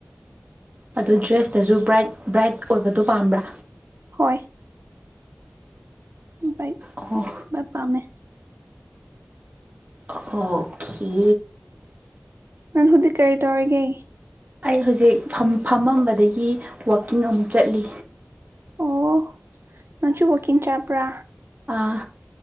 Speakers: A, on the right; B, on the right.
A: ꯑꯗꯨ ꯗ꯭ꯔꯦꯁꯇꯁꯨ ꯕ꯭ꯔꯥꯏꯠ ꯕ꯭ꯔꯥꯏꯠ ꯑꯣꯏꯕꯗꯣ ꯄꯥꯝꯕ꯭ꯔꯥ
B: ꯍꯣꯏ ꯕꯥꯏꯛ
A: ꯑꯣ
B: ꯄꯥꯝꯃꯦ
A: ꯑꯣꯈꯦ
B: ꯅꯪ ꯍꯧꯖꯤꯛ ꯀꯔꯤ ꯇꯧꯔꯤꯒꯦ
A: ꯑꯩ ꯍꯧꯖꯤꯛ ꯐꯝ ꯐꯝꯃꯝꯕꯗꯒꯤ ꯋꯥꯀꯤꯡ ꯑꯃꯨꯛ ꯆꯠꯂꯤ
B: ꯑꯣ ꯅꯪꯁꯨ ꯋꯥꯛꯀꯤꯡ ꯆꯥꯄ꯭ꯔꯥ
A: ꯑꯥ